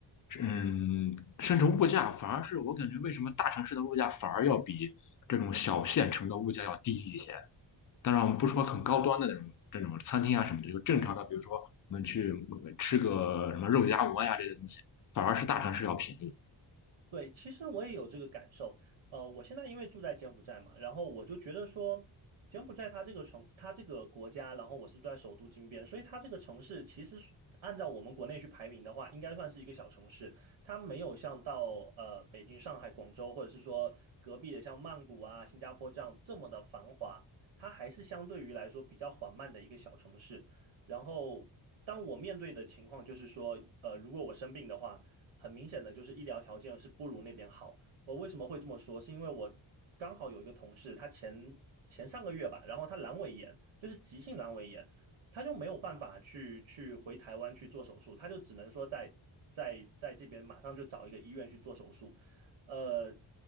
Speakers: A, on the left (about 45°); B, on the right (about 70°).
A: 嗯，甚至物价，反而是我感觉为什么大城市的物价反而要比这种小县城的物价要低一些。当然，我们不说很高端的那种这种餐厅啊什么的，就正常的，比如说我们去呃吃个什么肉夹馍呀这些东西，反而是大城市要便宜。
B: 对，其实我也有这个感受。呃，我现在因为住在柬埔寨嘛，然后我就觉得说，柬埔寨它这个城，它这个国家，然后我是住在首都金边，所以它这个城市其实是按照我们国内去排名的话，应该算是一个小城市。它没有像到呃北京、上海、广州，或者是说隔壁的像曼谷啊、新加坡这样这么的繁华，它还是相对于来说比较缓慢的一个小城市。然后，当我面对的情况就是说，呃，如果我生病的话。很明显的就是医疗条件是不如那边好。我为什么会这么说？是因为我刚好有一个同事，他前前上个月吧，然后他阑尾炎，就是急性阑尾炎，他就没有办法去去回台湾去做手术，他就只能说在在在这边马上就找一个医院去做手术。呃，